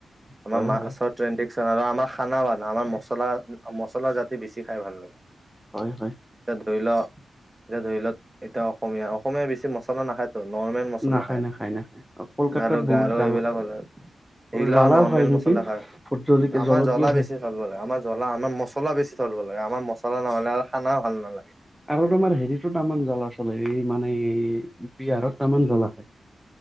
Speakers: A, on the right; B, in the centre.
A: আমাৰ
B: হয়
A: মাছৰ
B: হয়
A: ট্ৰেণ্ড আৰু আমাৰ খানা বানা আমাৰ মছলা মছলা জাতি বেছি খাই ভাল লাগে। এতিয়া
B: হয় হয়
A: ধৰি লোৱা। এতিয়া ধৰি লওক এতিয়া অসমীয়া কমে বেছি মলাখায় নৰ্মেল মচলা
B: নাখায়
A: খাই
B: নাখায় নাখায় অ, কলকাতাত
A: আৰু গাৰ
B: বহুত জ্বালা
A: এইবিলাক হলে সেইগিলাও
B: জ্বালাও
A: নৰৰ্মেল
B: হয় নেকি
A: মচলা খায়
B: ভোট জলকীয়া
A: আমাৰ
B: জলকীয়া
A: জ্বলা
B: হয়
A: বেছি থলব লাগে আমাৰ জলা আমাৰ মছলা বেছি থলব লাগে আমাৰ মছলা নহ'লে, খানাও ভাল নালাগে।
B: আৰু তোমাৰ হেৰিতোতটামান জলা আছে। <unintelligible> এই মানে এই, বিহাৰত তামান জলা খায়,